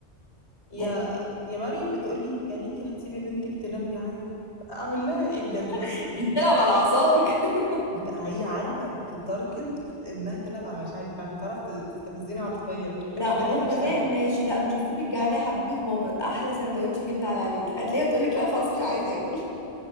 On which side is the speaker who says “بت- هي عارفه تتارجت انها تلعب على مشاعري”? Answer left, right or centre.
Left